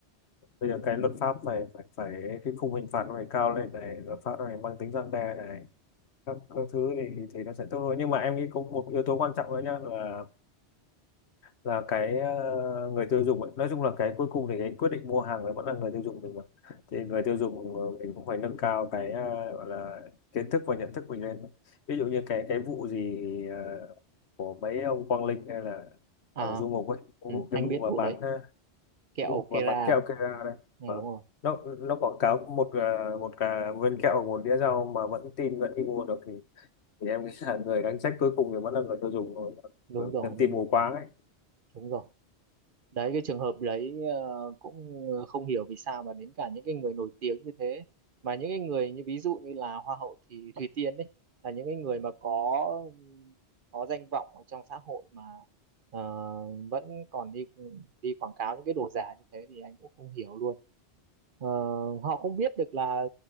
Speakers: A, on the left; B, on the right.
A: bây giờ cái luật pháp phải phải phải cái khung hình phạt nó phải cao lên này luật pháp nó phải mang tính răn đe này các, các thứ thì thì nó sẽ tốt hơn nhưng mà em nghĩ có một yếu tố quan trọng nữa nhá là là cái ờ, người tiêu dùng ấy. Nói chung là cái cuối cùng thì cái quyết định mua hàng là vẫn là người tiêu dùng mình mà thì người tiêu dùng ờ, mình cũng phải nâng cao cái ờ, gọi là kiến thức và nhận thức mình lên ví dụ như cái cái vụ gì ờ, của mấy ông Quang Linh hay là
B: à
A: thằng Du Mục ấy cái
B: ừ,
A: vụ
B: anh
A: cái vụ
B: biết
A: mà
B: vụ
A: bán
B: đấy
A: ờ,
B: kẹo
A: cái vụ mà
B: Kera
A: bán kẹo Kera đấy
B: ừ,
A: Vâng.
B: đúng rồi
A: nó nó quảng cáo một ờ, một cả viên kẹo và một đĩa rau mà vẫn tin vẫn đi mua được thì, thì em nghĩ là người đáng trách cuối cùng thì vẫn là người tiêu dùng thôi
B: đúng
A: Người-
B: rồi đúng
A: tin mù
B: rồi
A: quáng ấy
B: đúng rồi đấy cái trường hợp đấy ờ, cũng ờ, không hiểu vì sao mà đến cả những cái người nổi tiếng như thế mà những cái người như ví dụ như là hoa hậu thì Thùy Tiên đấy là những cái người mà có có danh vọng ở trong xã hội mà ờ, vẫn còn đi đi quảng cáo những cái đồ giả như thế thì anh cũng không hiểu luôn Ờ, họ không biết được là